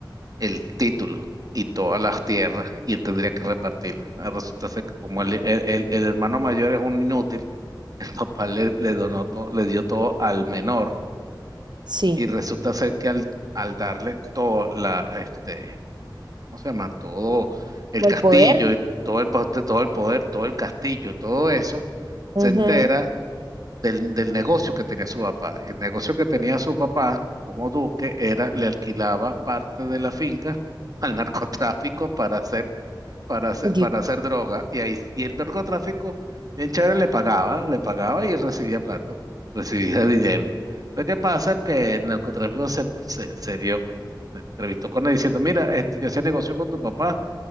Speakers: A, on the right; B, on the right.
A: el título y todas las tierras, y él tendría que repartirlas. Ah, Resulta ser que como el, el, el- el hermano mayor es un inútil, <laughs> el papá le, le donó todo, le dio todo al menor,
B: Sí.
A: y resulta ser que al, al darle todo la, este, ¿cómo se llama? Todo el
B: Como
A: castillo,
B: el poder.
A: y todo el, poste- todo el poder, todo el castillo, todo eso,
B: Ujú.
A: se entera del, del negocio que tenía su papá. El negocio que tenía su papá como duque era, le alquilaba parte de la finca <laughs> al narcotráfico para hacer, para hacer,
B: Yo-
A: para hacer droga. Y ahí, y el narcotráfico, bien chévere, le pagaba, le pagaba y él recibía plata, recibía <laughs> dinero. Pero ¿qué pasa? Que el narcotráfico se, se, se vio, se entrevistó con él diciendo, mira, este, yo hacía negocio con tu papá,